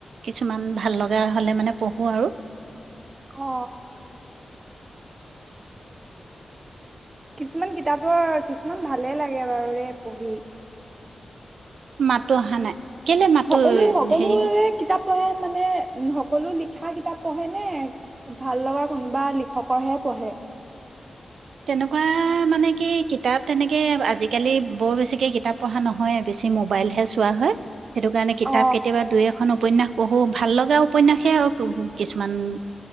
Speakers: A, on the right; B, on the right.
A: কিছুমান ভাল লগা হ'লে মানে পঢ়োঁ আৰু
B: অ কিছুমান কিতাপৰ কিছুমান ভালে লাগে বাৰু ৰে পঢ়ি
A: মাতো অহা নাই কেলে মাতো
B: সকলো সকলোে
A: হেৰি হৈ
B: কিতাপ পঢ়ে মানে উ সকলো লিখা কিতাপ পঢ়ে নে ভাল লগা কোনোবা লিখকৰহে পঢ়ে
A: তেনেকুৱা মানে কি কিতাপ তেনেকে আজিকালি বৰ বেছিকে কিতাপ পঢ়া নহয় বেছি মোবাইলহে চোৱা হয় সেইটো কাৰণে কিতাপ
B: অ
A: কেতিয়াবা দুই এ উপন্যাস পহো ভাল লগা উপন্যাসে আৰু কিছুমান